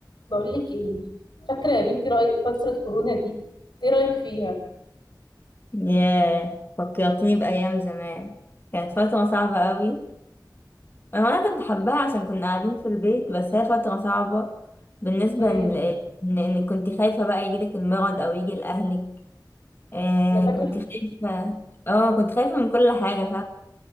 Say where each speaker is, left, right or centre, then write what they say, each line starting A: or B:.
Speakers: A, on the left; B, on the left.
A: بقول لك ايه فاكره يا بنتي رأي فتره كورونا دي ايه رايك فيها
B: ياه فكرتيني بأيام زمان كانت فترة صعبة قوي أنا كنت حباها عشان كنا قاعدين في البيت بس هي فترة صعبة بالنسبة
A: امم
B: ل- إن إنك كنت خايفة بقى يجيلك المرض أو يجي لأهلك آه
A: انا فاكره
B: كنت خايفة اه كنت خايفة من كل حاجة